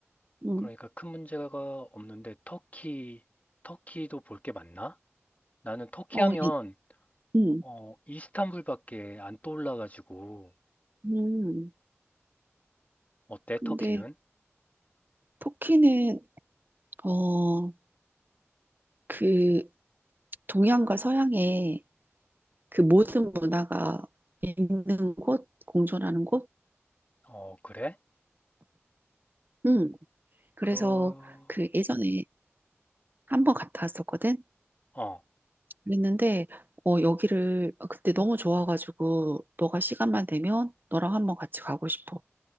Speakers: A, on the right; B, on the left.
A: 음,
B: 그러니까 큰 문제가 없는데 터키 터키도 볼 게 많나? 나는 터키
A: 어,
B: 하면
A: 예, 음,
B: 어, 이스탄불밖에 안 떠올라 가지고
A: 음.
B: 어때
A: 근데
B: 터키는?
A: 터키는, 어, 그, 동양과 서양의 그 모든 문화가 있는 곳, 공존하는 곳.
B: 어, 그래?
A: 음. 그래서
B: 그,
A: 그 예전에 한번 갔다 왔었거든.
B: 어,
A: 그랬는데 어 여기를 그때 너무 좋아가지고 너가 시간만 되면 너랑 한번 같이 가고 싶어.